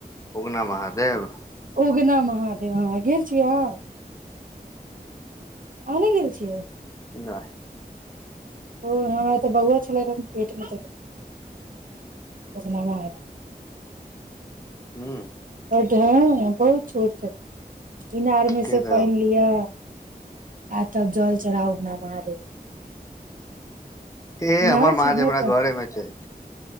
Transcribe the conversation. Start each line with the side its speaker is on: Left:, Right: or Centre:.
Left: उगना महादेव
Right: उगना महादेव हह गेल छीिय अहाँ आने गेल छियै
Left: नहि
Right: ओ हमरा तऽ बौआ छल पेट मे उगना ह
Left: ह
Right: बहुत छोट इनार में
Left: के
Right: से
Left: सब
Right: पहिन लियअ आ तब जल चढ़ाउ न महादेव
Left: ए
Right: इनार
Left: हमर म
Right: छै ने
Left: तरा
Right: ओतऽ
Left: घरमे छै